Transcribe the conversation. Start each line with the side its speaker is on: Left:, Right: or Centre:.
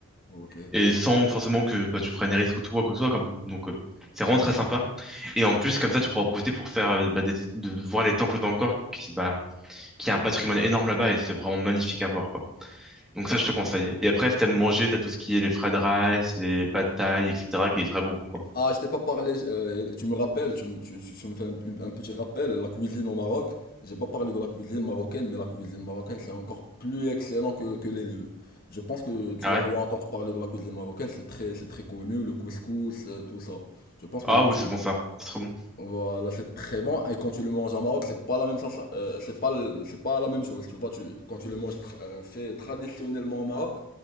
Left: Ok.
Centre: et sans forcément que bah, tu prennes des risques ou tout, quoi que ce soit. Comme... Donc, euh, c'est vraiment très sympa. Et en plus, comme ça, tu pourras en profiter pour faire, euh, bah, des- de voir les temples d'Angkor, qui, bah, qui a un patrimoine énorme là-bas, et c'est vraiment magnifique à voir, quoi. Donc ça, je te conseille. Et après, si t'aimes manger, t'as tout ce qui est les fried rice, les pad thai, etc., qui est très bon, quoi.
Left: Ah, je t'ai pas parlé, euh, tu me rappelles, tu, me- tu, tu- tu me fais un, un petit rappel, la cuisine au Maroc, j'ai pas parlé de la cuisine marocaine, mais la cuisine marocaine c'est encore plus excellent que, que les lieux. Je pense que tu
Centre: Ah ouais?
Left: as dû entendre parler de la cuisine marocaine, c'est très, c'est très connu, le couscous, euh, tout ça. Je pense
Centre: Ah
Left: que tu,
Centre: oui, c'est bon ça. C'est très bon.
Left: voilà, c'est très bon, et quand tu le manges au Maroc, c'est pas la même sensation- euh, c'est pas, le- c'est pas la même chose, tu vois, tu, quand tu le manges tra- euh, fait traditionnellement au Maroc,